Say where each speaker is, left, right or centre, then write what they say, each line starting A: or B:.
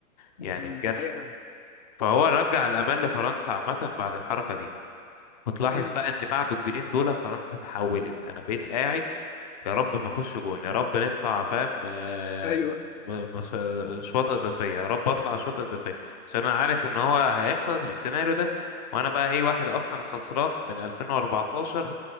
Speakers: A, on the left; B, on the left.
A: يعني
B: امم
A: بجد
B: دي حقيقة فعلا
A: فهو رجع الامال لفرنسا عامه بعد الحركه دي وتلاحظ
B: امم
A: بقى ان بعد الجولين دول فرنسا اتحولت انا بقيت قاعد يا رب ما نخش جون يا رب نطلع فاهم آه،
B: ايوه
A: م- مش- شوطة إضافية يا رب أطلع شوطة إضافية عشان أنا عارف إن هو هيخلص بالسيناريو ده وأنا بقى إيه واحد أصلا خسران من 2014